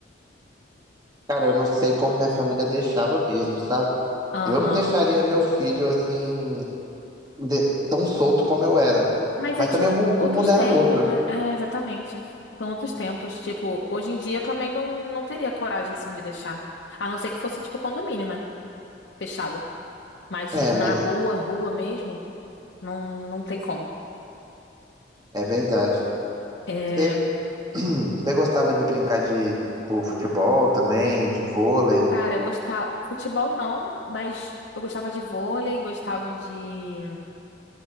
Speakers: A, on the right; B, on the left.
A: Cara, eu não sei como minha família deixava mesmo, sabe?
B: Aham.
A: Eu não deixaria meu filho assim, de- tão solto como eu era.
B: Mas
A: Mas
B: é que
A: também
B: o-
A: o mundo,
B: outros
A: o mundo
B: tempos,
A: era outro.
B: né? É, exatamente. São outros tempos. Tipo, hoje em dia eu também não, não teria coragem, assim, de deixar. A não ser que fosse, tipo, condomínio, né? Fechado. Mas, tipo,
A: né? É, mas
B: na rua, rua mesmo, não, não tem como.
A: é verdade.
B: É,
A: Você, <clears throat> você gostava de brincar de, tipo, futebol também, de vôlei,
B: cara, eu gostava. Futebol não, mas eu gostava de vôlei, gostava de.